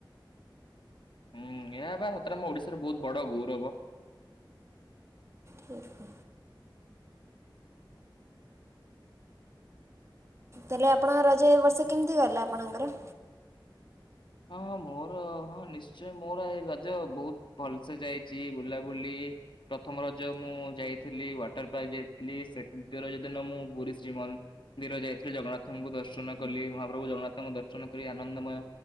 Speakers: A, on the left; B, on the right.
A: <inaudible> ହୁଁ ଏହା ବା ସତରେ ଆମ ଓଡିଶାର ବହୁତ ବଡ ଗୌରବ।
B: ଠିକ୍। ତାହେଲେ ଆପଣଙ୍କ ରଜ ଏ ବର୍ଷ କେମିତି ଗଲା ଆପଣଙ୍କର?
A: ହଁ ହଁ ମୋର ହଁ ନିଶ୍ଚୟ ମୋର ଏ ରଜ ବହୁତ ଭଲସେ ଯାଇଛି ବୁଲାବୁଲି ଇ ପ୍ରଥମ ରଜ ମୁଁ ଯାଇଥିଲି ୱାଟର ପାର୍କ ଯାଇଥିଲି, ସେ ଦ୍ୱିତୀୟ ରଜ ଦିନ ମୁଁ ପୁରୀ ଶ୍ରୀ ମନ୍ଦ ମନ୍ଦିର ଯାଇଥିଲି। ଜଗନ୍ନାଥଙ୍କୁ ଦର୍ଶନ କଲି। ମହାପ୍ରଭୁ ଜଗନ୍ନାଥଙ୍କୁ ଦର୍ଶନ କରି ଆନନ୍ଦମୟ